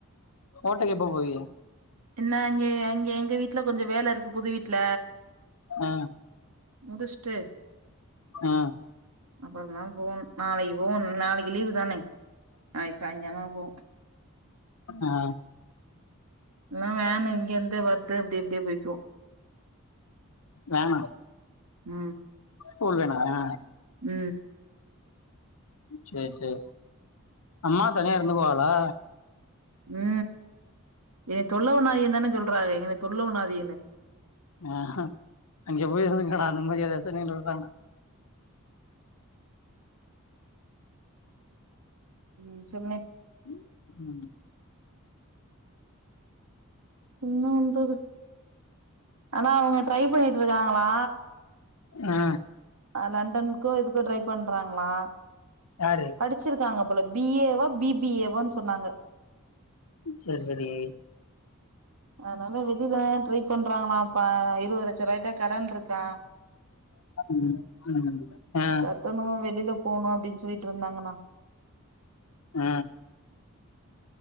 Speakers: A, on the left; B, on the right.
A: கோட்டைக்கி எப்போ போவிய
B: என்ன அங்க அங்க எங்க வீட்ல கொஞ்ச வேல இருக்கு புது வீட்ல
A: ஆ
B: முடிச்ட்டு
A: ஆ
B: அப்புறந்தாபோவணு நாளைக்கு போவணு நாளைக்கு லீவு தானே நாளைக்கு சாய்ங்காலோ போவு
A: ஆ
B: <unintelligible> வேனு இங்கிருந்தே வருது அப்டிப்டியே போய்கிவோ
A: வேணா
B: உ
A: போல்வேணா ஆ
B: உ
A: சேரி சேரி அம்மா தனியா இருந்து குவாகலா
B: உ ஏ தொல்ல பன்னாதியே தான சொல்றாங்க எங்கள தொல்லவன்நாதியனு
A: ஆ ஹ அங்க போயி இருந்துங்கடா அந்த மாரி <unintelligible> விடுறாங்க
B: உ சொல்லுனே
A: உ உ
B: இன்னுவந்து ஆனா அவங்க ட்ரை பண்ணிட்டு ருக்காங்களா
A: ஆ
B: அ லண்டனுக்கோ இதுக்கோ ட்ரை பண்றாங்களா
A: யாரு
B: படிச்சிருக்காங்கப் போல பி ஏவா பி பி ஏவோ சொன்னாங்க
A: செர் செரி
B: ஆனால வெ <unintelligible> ல டிரை பண்றாங்களாம்பா இருவது லட்ச ரூவாய்ட்ட கடன் இருக்கா
A: ம் ம் ஆ
B: கட்டணு வெளில போணு அப்டினு சொல்லிட்டிருந்தாங்கன்ணா
A: ஆ